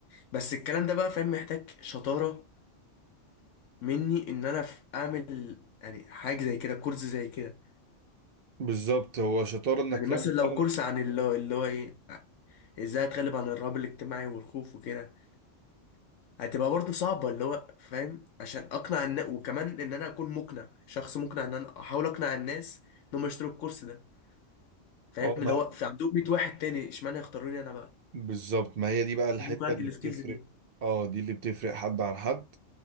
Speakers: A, on the left; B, on the right.
A: بس الكلام ده بقى فاهم محتاج شطاره مني ان انا في اعمل يعني حاجه زي كده كورس زي كده
B: بالظبط هو شطار انك
A: يعني
B: تعمل
A: مثلا لو
B: فعلا
A: كورس عن اللي هو اللي هو ايه ازاي اتغلب عن الرهاب الاجتماعي والخوف وكده هتبقى برضه صعبه اللي هو فاهم عشان اقنع الناس وكمان ان انا اكون مقنع شخص مقنع ان انا احاول اقنع الناس ان هم يشتروا الكورس ده فاهم
B: اه
A: اللي
B: ما
A: هو في عندهم 100 واحد تاني اشمعنى يختاروني انا بقى
B: بالظبط ما هي دي بقى الحتة
A: لازم يكون عندي
B: اللي
A: السكيلز
B: بتفرق
A: دي
B: اه دي اللي بتفرق حد عن حد